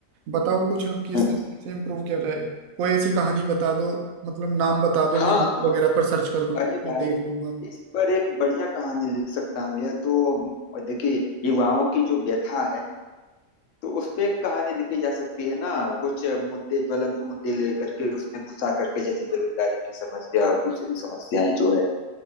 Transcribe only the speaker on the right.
बताओ कुछ किस
तरीके से इम्प्रूव किया जाए कोई ऐसी कहानी बता दो मतलब नाम बता दो
मैं यूट्यूब
वगैरह पर सर्च कर देख
लूंगा